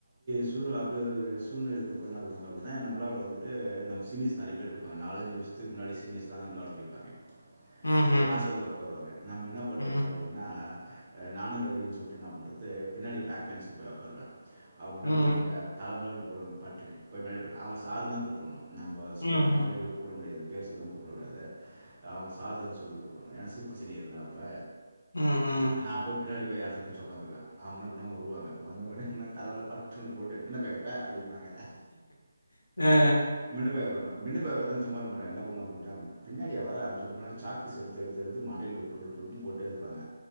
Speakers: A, on the right (about 40°); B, on the left (about 80°).
A: சூழ்நில அப்டி ஒரு சூழ்நில இருக்கப்போ என்னா பண்ணுவாங்க அப்டினா நம்மளோட வந்துட்டு நம்ம சீனியர்ஸ் நெறைய பேர் படிப்பாங்க. நாலஞ்சு வர்ஷத்துக்கு முன்னாடி சீனியர்ஸ் தா நம்ளோட படிப்பாங்க
B: ம்
A: அ, கிளாஸ்ல வந்து ஒக்காருவாங்க நம்ம என்ன பண்றது
B: ம்
A: அப்டின்னா அ நானு ரௌடின் சொல்ட்டு என்னா பண்றது பின்னாடி பேக் பென்ச்சுக்கு போய் ஒக்காருவே அவங்க என்ன
B: ம் ம்
A: பண்ணுவாங்க தல மேல வந் போடுவாங்க பட்டுனு போய் முன்னாடி போடா அவங்கள சாருன்தா கூப்பட்ணு நம்ம ஸ்டூடெண்ட்
B: ம்
A: மாரி இவில கூப்ட முடியாது பேர் சொல்லிலா கூப்ட கூடாது அவங்க சார் தா சொல்லி கூப்பட்னு ஏன்னா சூப்பர் சீனியர்ல்ல அவங்க
B: ம் ம் ம்
A: ந நா போய் பின்னாடி போய் எடத்த புடிச்சு ஒக்காந்துக்வே அவங்க என்னா பண்ணுவாங்க வருவாங்க வந்தோனே முன்னாடி தல மேல பட்டுனு ஒன்னு போட்டு மின்ன போயா போ அப்டின் னாங்க
B: அ
A: மின்ன போய் ஒக்கார்ரா மின்ன போய் ஒக்காந்தாலு சும்மா இருக்கமாட்டங்க என்ன பண்ணுவாங்க அப்டினா பின்னாடியா வர அப்டின் சொல்ட்டு <unintelligible> சாக் பீஸ் எடுத்து எடுத்து எடுத்து மண்டைலே லொட்டு லொட்டு லொட்டுன் போட்டே இருப்பாங்க